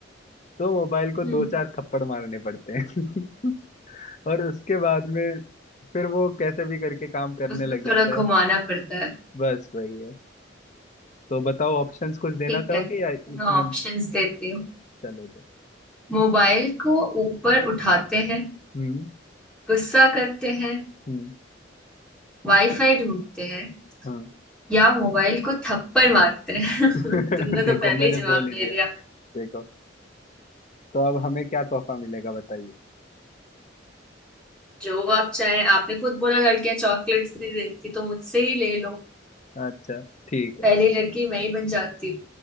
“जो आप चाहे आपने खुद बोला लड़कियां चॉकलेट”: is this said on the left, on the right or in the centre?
Centre